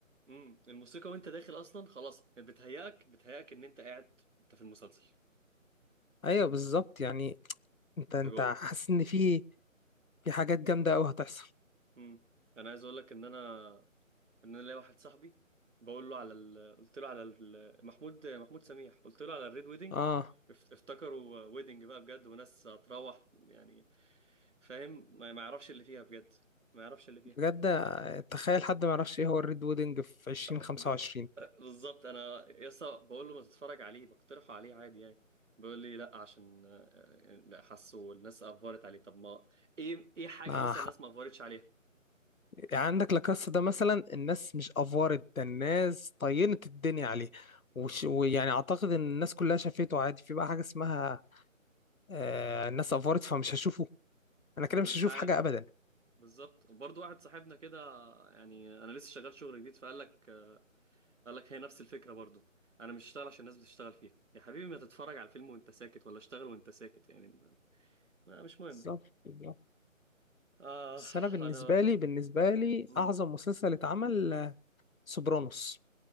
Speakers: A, on the right; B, on the left.
A: امم الموسيقى وانت داخل اصلا خلاص بتهيأك بتهيأك ان انت قاعد انت في المسلسل
B: ايوه بالظبط
A: انت
B: يعني انت
A: انت
B: انت
A: جوه
B: حاسس ان في في حاجات جامده قوي هتحصل
A: امم انا عايز اقول لك ان انا ان انا ليا واحد صاحبي بقول له على ال... قلت له على ال... محمود محمود سميح قلت له على الريد ويدنج
B: اه
A: اف- افتكروا ويدنج بقى بجد وناس هتروح يعني فاهم ما ما يعرفش اللي فيها بجد ما يعرفش اللي فيها
B: بجد تخيل حد ما يعرفش ايه هو الريد ويدنج في 2025
A: ب... بالظبط انا يسا بقول له ما تتفرج عليه بقترحه عليه عادي يعني بيقول لي لا عشان آه، آه، حاسه الناس افورت عليه طب ما ايه ايه حاجه
B: آه.
A: مثلا الناس ما افورتش عليها
B: يعني عندك لاكاسا ده مثلا الناس مش افورت ده الناس طينت الدنيا عليه وش... ويعني اعتقد ان الناس كلها شافته عادي في بقى حاجه اسمها آه الناس افورت فمش هشوفه انا كده
A: انا
B: مش
A: مش
B: هشوف
A: عارف
B: حاجه ابدا
A: بالظبط برضو واحد صاحبنا كده يعني انا لسه شغال شغل جديد فقال لك قال لك هي نفس الفكرة برضو انا مش هشتغل عشان الناس بتشتغل فيها يا حبيبي ما تتفرج على الفيلم وانت ساكت ولا اشتغل وانت ساكت يعني ما مش مهم
B: بالظبط بالظبط
A: آه
B: بس انا بالنسبه
A: أنا
B: لي بالنسبه لي
A: مم.
B: اعظم مسلسل اتعمل آه، سوبرانوس